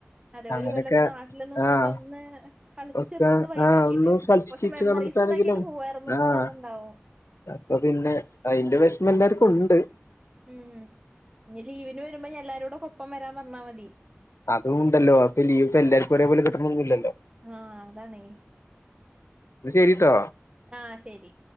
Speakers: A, on the right; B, on the left.
A: അതെ
B: അങ്ങനെക്കെ
A: ഒരു കൊല്ലൊക്കെ നാട്ടില് നിന്നിട്ട്
B: ആഹ്
A: ഒന്ന് കളിച്ച്
B: ഒക്കെ
A: ചിരിച്ചൊന്ന് വൈബാക്കിട്ട്
B: ആഹ് ഒന്ന്
A: കുറച്ച്
B: ചീച്ച
A: മെമ്മറീസ്
B: നന്നിട്ടാണെങ്കിലും
A: ഉണ്ടാക്കിട്ട് പോവായിരുന്നുന്ന്
B: ആഹ്
A: തോന്നുന്നുണ്ടാവും
B: അപ്പൊ പിന്നെ, അയിന്റെ വെഷ്മെല്ലാര്ക്കുണ്ട്.
A: ഉം ഇഞ് ലീവിന് വരുമ്പോ ഇഞ് എല്ലാരൊടൊക്കെ ഒപ്പം വരാൻ പർഞ്ഞാ മതി
B: അതുണ്ടല്ലോ ത്പ്പ ലീവ്പ്പെല്ലാർക്കും ഒരേപോലെ കിട്ടൊണന്നില്ലല്ലോ.
A: ആഹ് അതാണേ
B: അ ശരിട്ടോ
A: ആഹ് ശരി